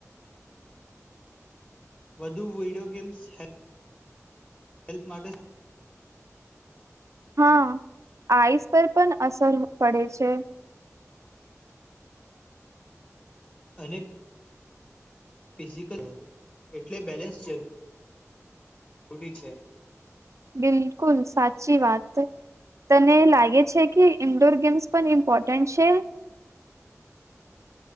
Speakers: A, on the left (about 25°); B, on the right (about 70°).
A: વધુ વીડિયો ગેમ્સ હૈ હેલ્પ માટે
B: હા આઈસ પર પણ અસર પડે છે
A: અને ફિઝિકલ એટલે બેલેન્સ જરૂ જરૂરી છે
B: બિલકુલ સાચી વાત તને લાગે છે કે ઈન્ડોર ગેમ્સ પણ ઇમ્પોર્ટન્ટ છે